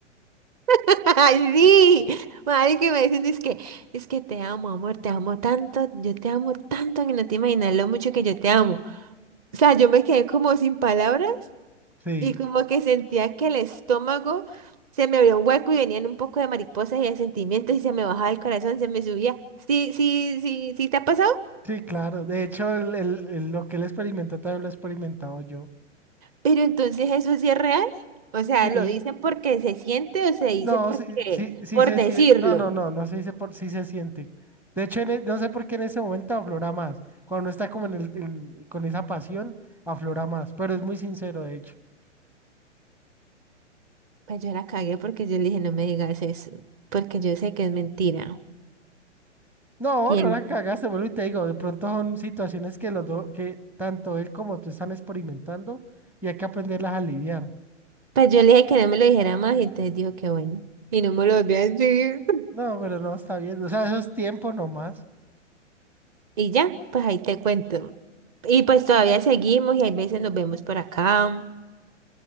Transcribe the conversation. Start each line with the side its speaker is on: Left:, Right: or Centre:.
Right: <laughs> ¡ay, sí! Marica, y me dicen, es que, es que te amo, amor, te amo tanto, yo te amo tanto que no te imaginas lo mucho que yo te amo. O sea, yo me quedé como sin palabras.
Centre: Sí,
Right: Y como que sentía que el estómago se me abría un hueco y venían un poco de mariposas y de sentimientos y se me bajaba el corazón, se me subía. Sí, sí, sí, sí te ha pasado,
Centre: sí, claro. De hecho, el- el- el- lo que él experimentó también lo he experimentado yo.
Right: pero entonces eso sí es real. O sea,
Centre: Sí,
Right: ¿lo dicen porque se siente o se
Centre: no,
Right: dice porque,
Centre: sí, sí, sí
Right: por
Centre: se
Right: decirlo?
Centre: siente. No, no, no, no se dice por sí se siente. De hecho, en e- no sé por qué en ese momento aflora más. Cuando uno está como en el, en- con esa pasión, aflora más. Pero es muy sincero, de hecho.
Right: Pues yo la cagué porque yo le dije, no me digas eso, porque yo sé que es mentira.
Centre: No,
Right: Y
Centre: no
Right: él,
Centre: la cagaste, vuelvo y te digo, de pronto son situaciones que los dos, que tanto él como tú están experimentando y hay que aprenderlas a lidiar.
Right: pues yo le dije que no me lo dijera más y entonces dijo que bueno. Y no me lo volvió a decir.
Centre: No, pero no está bien. O sea, eso es tiempo nomás.
Right: Y ya, pues ahí te cuento. Y pues todavía seguimos y hay veces nos vemos por acá.